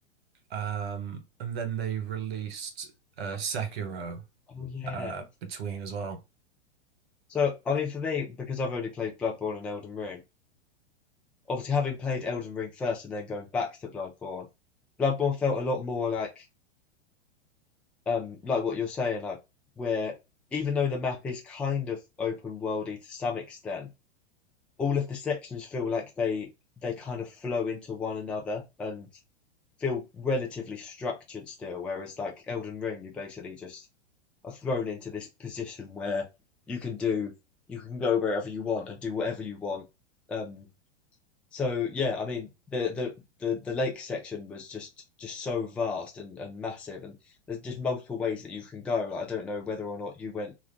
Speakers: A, on the right; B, in the centre.
A: um, and then they released uh, Sekiro
B: Oh yeah.
A: uh, between as well.
B: So I mean, for me, because I've only played Bloodborne and Elden Ring, obviously having played Elden Ring first and then going back to Bloodborne, Bloodborne felt a lot more like um like what you're saying, like where even though the map is kind of open worldy to some extent, all of the sections feel like they they kind of flow into one another and feel relatively structured still, whereas like Elden Ring, you basically just are thrown into this position where you can do you can go wherever you want and do whatever you want. Um, so yeah, I mean the, the the the lake section was just just so vast and, and massive, and there's just multiple ways that you can go. I don't know whether or not you went